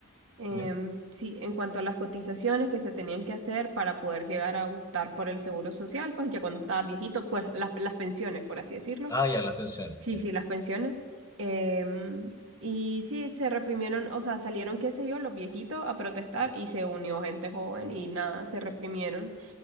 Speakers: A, on the right; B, on the left.
A: Em,
B: ¿Ya?
A: sí, en cuanto a las cotizaciones que se tenían que hacer para poder llegar a optar por el seguro social, pues ya cuando estaba viejito, pues las, las pensiones, por así decirlo.
B: Ah, ya, las pensiones,
A: Sí,
B: ya.
A: sí, las pensiones. Em, y sí, se reprimieron, o sea, salieron, qué sé yo, los viejitos a protestar y se unió gente joven y nada, se reprimieron